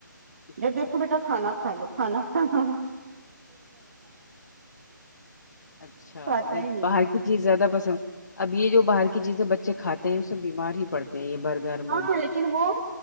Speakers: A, on the left; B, on the right.
A: اچھا
B: دیکھو بیٹا کھانا کھالو کھانا کھالو
A: اچھا
B: کھاتا
A: انیں
B: ہی نہیں
A: باہر
B: ہے
A: کی جیز زیادہ پسند اب یہ جو باہر کی چیزیں بچے کھاتے ہیں اس میں بیمار ہی پڑتے ہیں یہ بر گر
B: ہاں
A: موموز
B: لیکن
A: چاؤمین
B: وہ